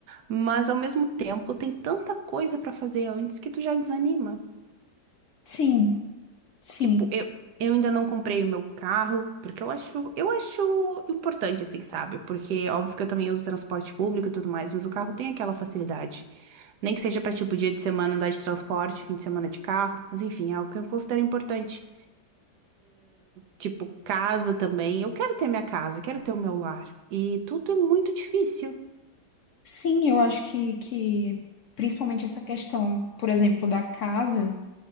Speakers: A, on the right; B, on the left.
A: mas ao mesmo tempo tem tanta coisa pra fazer antes que tu já desanima.
B: Sim, sim.
A: Tipo, eu, eu ainda não comprei o meu carro, porque eu acho, eu acho importante assim, sabe? Porque óbvio que eu também uso transporte público e tudo mais, mas o carro tem aquela facilidade. Nem que seja pra tipo dia de semana andar de transporte, fim de semana de carro, mas enfim, é algo que eu considero importante. Tipo, casa também. Eu quero ter minha casa, quero ter o meu lar. E tudo é muito difícil.
B: Sim, eu acho que, que principalmente essa questão, por exemplo, da casa,